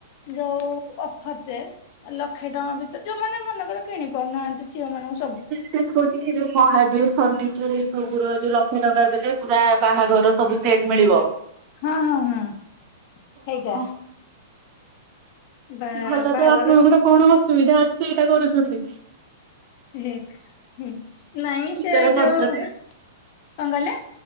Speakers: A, on the left; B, on the right.
A: ଯୋଉ ଅଫର୍ ଟେ। ଲକ୍ଷେ ଟଙ୍କା ଭିତରେ ଯୋଉମାନେ ମନେକର କିଣି ପାରୁନାହାନ୍ତି ଝିଅ ମାନଙ୍କ।
B: ଏଠି ଯେ ଦେଖଉଚି ଯୋଉ ମହାବୀର ଫନି- ଚରେ ସବୁର ଯୋଉ ଲକ୍ଷେ ଟଙ୍କା ଦେଲେ ପୁରା ବାହାଘର ସବୁ ସେଟ୍ ମିଳିବ।
A: ହଁ ହଁ ହଁ
B: ଓହୋ
A: ହେଇଟା। ବା
B: ଭଲତ
A: ବାହାଘର
B: ଆପଣଙ୍କର କଣ ଅସୁବିଧା ଅଛି ଯେ ଏଇଟା କରୁଛନ୍ତି?
A: ହେ ହେ ହୁଁ ନାଇଁ
B: ନିଜର
A: ସେ
B: ଖର୍ଚ୍ଚରେ
A: ଯୋଉ କଣ କହିଲେ?